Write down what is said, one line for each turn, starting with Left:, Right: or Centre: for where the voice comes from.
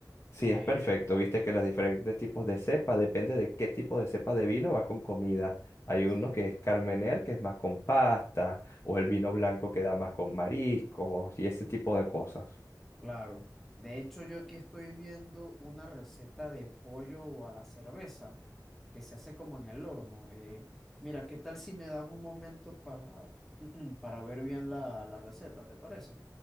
Left: Sí,
Centre: Eh,
Left: es perfecto. Viste que los diferentes tipos de cepa, depende de qué tipo de cepa de vino va con comida. Hay
Centre: sí.
Left: uno que es Carmener, que es más con pasta, o el vino blanco que da más con mariscos y ese tipo de cosas.
Centre: Claro. De hecho, yo aquí estoy viendo una receta de pollo a la cerveza que se hace como en el horno. Eh, mira, ¿qué tal si me das un momento para, <clears throat> para ver bien la, la receta? ¿Te parece?